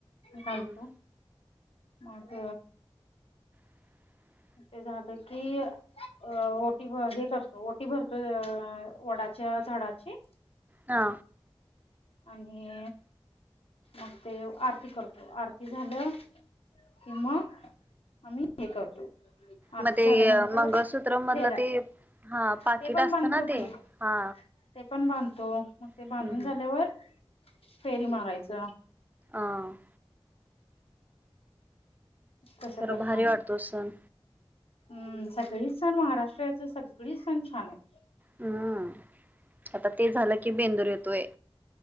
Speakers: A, on the left; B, on the right.
A: घालतो
B: हम्म
A: मग
B: <inaudible>
A: ते झालं की अ ओटी हे करतो ओटी भरतो अ वडा च्या झाडाची.
B: हा
A: आणि मग ते आरती करतो आरती झालं.. किंवा आम्ही हे करतो. आरती
B: मग ते
A: झाल्यानंतर
B: मंगळसूत्र मधलं
A: फेऱ्या
B: ते... हा पाकिट
A: ते पण
B: असतं
A: बांधतो
B: ना ते
A: की
B: हा.
A: ते पण बांधतो मग ते
B: हम्म
A: बांधून
B: हम्म
A: झाल्यावर फेरी मारायच.
B: हा.
A: तसं
B: खरं
A: करतो
B: भारी
A: आम्ही
B: वाटतो सण.
A: हम्म सगळे सण महाराष्ट्राचे सगळे सण छान आहेत.
B: हम्म आता ते झालं की बेंदूर येतोय.